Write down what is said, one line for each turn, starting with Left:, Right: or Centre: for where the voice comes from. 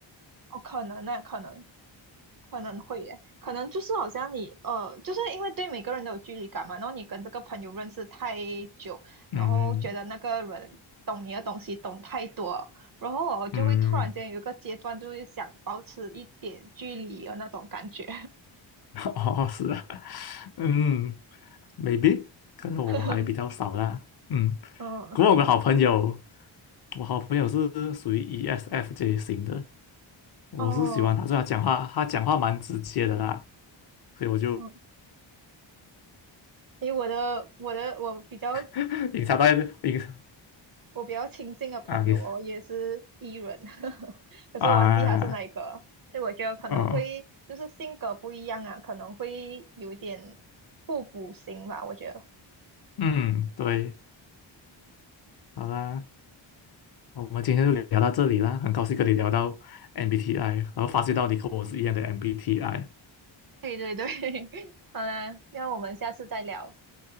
Right: 哦，可能那、可能可能会耶，可能就是好像你呃，就是因为对每个人都有距离感嘛，然后你跟这个朋友认识太久，
Left: 嗯
Right: 然后觉得那个人懂你的东西懂太多，然后我就会突然间有一个阶段，
Left: 嗯嗯。嗯
Right: 就会想保持一点距离的那种感觉。
Left: <laughs> 哦，是啊，<laughs> 嗯，maybe，可能我还比较少啦，
Right: <laughs>
Left: 嗯，
Right: 嗯，
Left: 不过我的好朋友，我好朋友是属于 ESFJ 型的，我是喜欢他，
Right: 哦，
Left: 所以他讲话，他讲话蛮直接的啦，所以我就
Right: 嗯，因为我的我的我比较
Left: <laughs> 隐藏在隐
Right: 我比较亲近的朋友哦，
Left: 啊，你
Right: 也是 E 人，<laughs> 可是忘记他是哪一个。
Left: 啊，
Right: 所以我觉得可能会就是性格不一样啊，
Left: 嗯
Right: 可能会有一点互补型吧，我觉得。
Left: 嗯，对，好啦，我们今天就聊到这里啦，很高兴跟你聊到 MBTI，然后发现到你跟我是一样的 MBTI，
Right: 对对对，<laughs> 好啦，那我们下次再聊，